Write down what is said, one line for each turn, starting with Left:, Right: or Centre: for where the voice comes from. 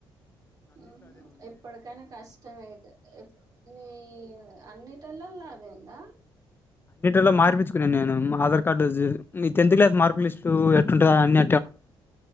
Right: ఉహ్ హు ఎప్పటికైనా కష్టమే ఇగా ఎప్ నీయ్ అన్నిటెల్లల అదే ఉందా.
Left: లా మార్పించుకున్నా నేను. మా ఆధార్ కార్డు జిర్ మీ టెన్త్ క్లా మార్క్ లిస్ట్ ఎట్యూంటదా. అన్నీ